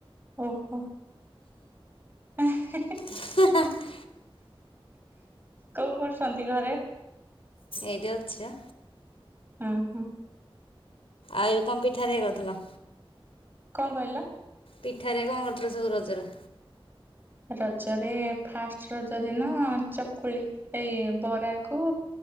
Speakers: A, on the right (about 20°); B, on the left (about 80°).
A: ଓହୋ। <inaudible>
B: <inaudible>
A: କଣ୍ କରୁଚନ୍ତି ଘରେ?
B: ଏଇଠେ ଅଛି ବା।
A: ହୁଁ -ହୁଁ।
B: ଆଏ କଣ୍ ପିଠାରେ ଏ କରିଥିଲ?
A: କଣ୍ କହିଲ?
B: ପିଠାରେ କଣ୍ କରିଥିଲ ସବୁ ରଜରେ?
A: ରଜରେ ଫାଷ୍ଟ୍ ରଜ ଦିନ ଚକୁଳି ଏଇ ବରା କୁ